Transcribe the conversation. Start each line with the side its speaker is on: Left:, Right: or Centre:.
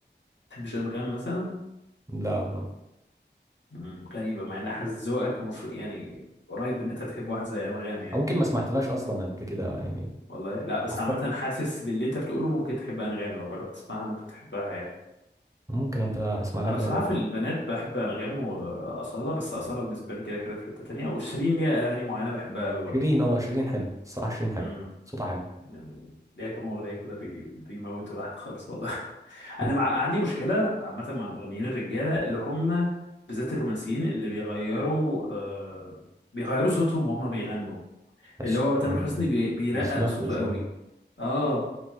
Left: تحبش انغام مثلا
Right: لا لا.
Left: مم. غريبه مع ان حاسس ذوقك المفروض يعني قريب ان انت تحب واحد زي انغام يعني
Right: أو ممكن ما سمعتلهاش اصلا قبل كده يعني
Left: والله لا بس
Right: افكار
Left: عامه حاسس باللي انت بتقوله ممكن تحب انغام لو جربت تسمعها ممكن تحبها يعني
Right: ممكن ابقى هسمع لها
Left: انا
Right: كده
Left: بصراحه
Right: اجرب
Left: في البنات بحب انغام واصاله بس اصاله بالنسبه لي كده كده في حته تانية وشيرين ليها اغاني معينه بحبها قوي برضه
Right: شيرين اه شيرين حلو الصراحه شيرين حلو
Left: امم
Right: صوتها حلو
Left: يعني ليها كام اغنيه كده بي- بيموتوا الواحد خالص والله <laughs>
Right: <laughs>
Left: انا مع... عندي مشكله عامه مع المغنيين الرجاله اللي هم بالذات الرومانسيين اللي بيغيروا آه... بيغيروا صوتهم وهم بيغنوا
Right: تحسهم
Left: اللي هو تامر
Right: آه،
Left: حسني بي... بيرقق
Right: بيخنفوا
Left: صوته
Right: شويه
Left: قوي اه